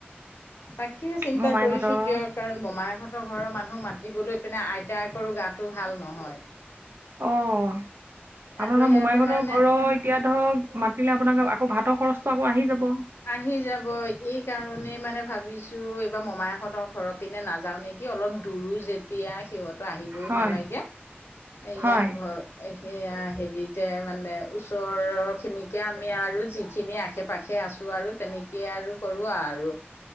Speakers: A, on the left; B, on the right.
A: তাকে চিন্তা
B: মোমাইকহঁতৰ
A: কৰিছোঁ দিয়ক আৰু মোমাইহঁতৰ ঘৰৰ মানুহ মাতিবলৈ পিনে আইতাই কৰ গাত টো ভাল নহয়
B: অঁ আপোনালোকৰ
A: আকৌ সিহঁতে
B: মোমাইকহঁতৰ
A: মানে
B: ঘৰৰ এতিয়া ধৰক মাতিলে আপোনাক আকৌ ভাতৰ খৰচটো আকৌ আহি যাব।
A: আহি যাব এই কাৰণেই মানে ভাবিছো এইবাৰ মমাইক হঁতৰ ঘৰ পিনে নাযাওঁ নেকি? কি অলপ দূৰো যেতিয়া সিহঁতো আহিবও
B: হয়
A: নালাগে ইয়াৰ
B: হয়
A: ঘৰ সেয়া হেৰিতে মানে ওচৰৰ খিনিকে আমি আৰু যিখিনি আশে পাশে আছোঁ। তো আৰু তেনেকে আৰু কৰোৱা আৰু।